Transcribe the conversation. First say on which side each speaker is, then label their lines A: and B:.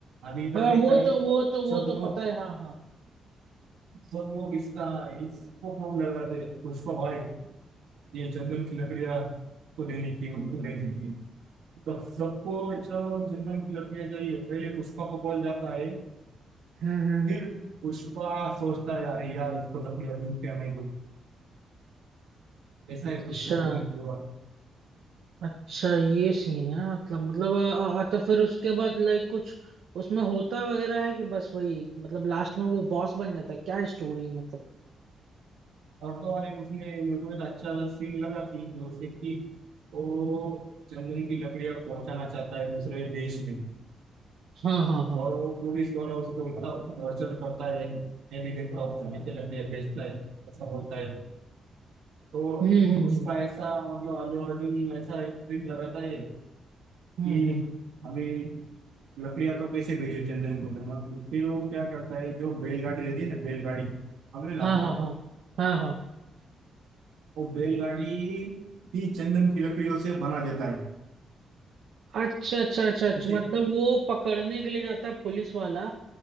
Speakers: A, on the right; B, on the right.
A: अभी इधर
B: हाँ
A: कैसा
B: वो
A: है
B: तो वो तो वो
A: सब
B: तो
A: लोग
B: पता है हाँ हाँ
A: सब लोग इसका इसको फोन लगाते हैं, पुष्पा भाई ये चंदन की लकड़ियां को देने की उनको देने की तब सबको जो चंदन की लकड़ियां चाहिए पहले पुष्पा को बोल जाता है
B: हम्म हम्म,
A: फिर
B: हम्म।
A: पुष्पा सोचता है अरे यार इसको लकड़ियां ढूंढ के हमें दो ऐसा
B: अच्छा
A: है पुष्पा को ये पूरा
B: अच्छा ये सीन है मतलब मतलब अ, अ, तो फिर उसके बाद लाइक कुछ उसमें होता वगैरह है कि बस वही मतलब लास्ट में वो बॉस बन जाता है क्या स्टोरी है मतलब
A: और तो अरे उसने यूट्यूब में अच्छा सीन लगा थी जो उसे कि वो चंदन की लकड़ियां पहुंचाना चाहता है दूसरे देश में
B: हाँ हाँ हाँ
A: और वो पुलिस द्वारा उसको इतना टॉर्चर करता है मैं भी देखता हूँ खाने से लकड़ियां बेचता है ऐसा बोलता है तो
B: हम्म हम्म
A: उसका
B: हम्म
A: ऐसा मतलब अल्लू अर्जुन ऐसा स्क्रिप्ट लगाता है
B: हम्म
A: कि
B: हम्म।
A: हमें लकड़ियां तो कैसे भेजो चंदन को धर्मा को। फिर वो क्या करता है जो बैलगाड़ी रहती है ना बैलगाड़ी हमने लाखों
B: हाँ हाँ हाँ हाँ हाँ
A: वो बैलगाड़ी ही चंदन की लकड़ियों से बना देता है
B: अच्छा अच्छा अच्छा अच्छा
A: जैसे
B: मतलब वो पकड़ने के लिए जाता है पुलिस वाला